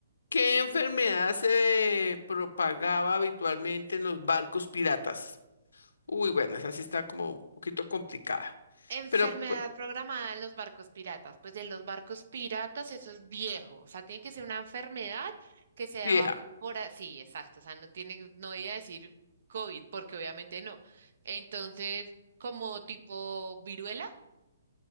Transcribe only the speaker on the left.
¿Qué enfermedad se propagaba habitualmente en los barcos piratas? Uy, bueno, esa sí está como un poquito complicada.
Pero, pues,
vieja,